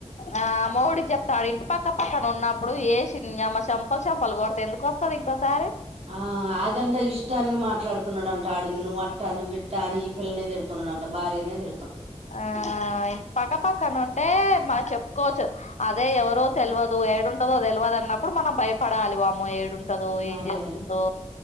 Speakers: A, on the left (about 80°); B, on the right (about 65°).
A: ఆ మొగుడికి చెప్తాడు ఇంటి పక్క అతను ఉన్నప్పుడు వసిమ్మ చెంపలు చంపలు కొడితే ఎందుకు వస్తంది ఇంకోసారి
B: ఆ అదంటే ఇష్టానికి మాట్లాడుతున్నాడంట అడుగు నువ్వు వట్టా నువ్వు విట్టాఅని ఫిల్నేదిడుతున్నాంట భార్యనే ది
A: ఆ పక్కపక్కన ఉంటే మా చెప్ కోవచ్చు అదే ఎవరో తెలియదు ఏడుంటదో తెల్వదు అన్నప్పుడు మనం భయపడాలి బాబ మో ఏడుంటదో
B: మరే
A: ఏం చేస్తుందో